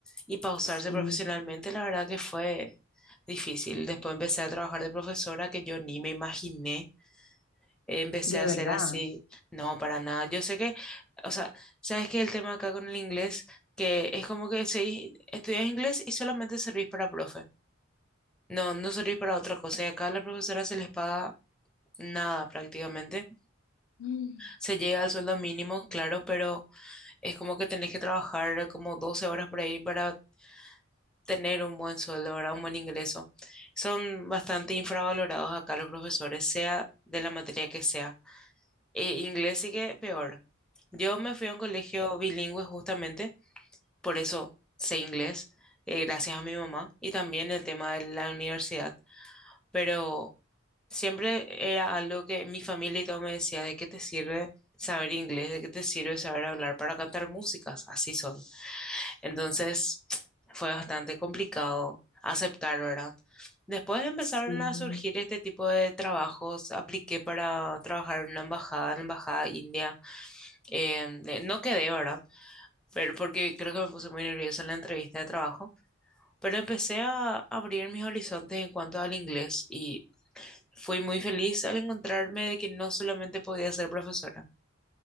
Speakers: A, in the centre; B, on the left.
A: Y pausarse
B: Sí,
A: profesionalmente, la verdad que fue difícil. Después empecé a trabajar de profesora que yo ni me imaginé. Empecé
B: de
A: a hacer
B: verdad.
A: así, no, para nada. Yo sé que, o sea, sabes que el tema acá con el inglés, que es como que seguís- estudias inglés y solamente servís para profe. No, no servís para otra cosa. Y acá a las profesoras se les paga nada prácticamente.
B: Mm.
A: Se llega al sueldo mínimo, claro, pero es como que tenés que trabajar como 12 horas por ahí para tener un buen sueldo, ¿verdad? Un buen ingreso. Son bastante infravalorados acá los profesores, sea de la materia que sea. Eh, inglés sí que peor. Yo me fui a un colegio bilingüe justamente, por eso sé inglés, eh, gracias a mi mamá y también el tema de la universidad, pero siempre era algo que mi familia y todo me decía, ¿de qué te sirve saber inglés? ¿De qué te sirve saber hablar para cantar músicas? Así son. Entonces fue bastante complicado aceptar, ¿verdad? Después empezaron
B: Sí.
A: a surgir este tipo de trabajos. Apliqué para trabajar en una embajada, en la embajada india. Eh, de- no quedé, ¿verdad? Pero porque creo que me puse muy nerviosa en la entrevista de trabajo. Pero empecé a abrir mis horizontes en cuanto al inglés y fui muy feliz al encontrarme de que no solamente podía ser profesora.